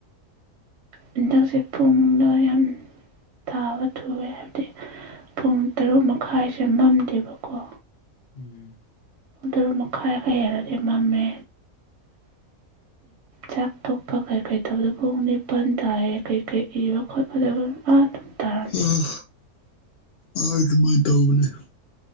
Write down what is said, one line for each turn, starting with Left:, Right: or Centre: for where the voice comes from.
Right: ꯍꯟꯗꯛꯁꯦ ꯄꯨꯡꯗ ꯌꯥꯝ ꯇꯥꯕ ꯊꯨꯑꯦ ꯍꯥꯏꯕꯗꯤ ꯄꯨꯡ ꯇꯔꯨꯛ ꯃꯈꯥꯏꯁꯦ ꯃꯝꯗꯦꯕꯀꯣ
Left: ꯎꯝ
Right: ꯑꯣꯗꯔ ꯃꯈꯥꯏꯒ ꯍꯦꯜꯟꯅꯗꯤ ꯃꯝꯃꯦ ꯆꯥꯛ ꯇꯣꯛꯄ ꯀꯩ ꯀꯩ ꯇꯧꯕꯗ ꯄꯨꯡ ꯅꯤꯄꯜ ꯇꯥꯏꯌꯦ ꯀꯩꯀꯩ ꯏꯕ ꯈꯣꯠꯄꯗ ꯑꯥ ꯑꯗꯨꯝ ꯇꯥꯔꯝꯃꯦ
Left: ꯎꯝ ꯑ ꯑꯗꯨꯃꯥꯏꯅ ꯇꯧꯕꯧꯕꯅꯦ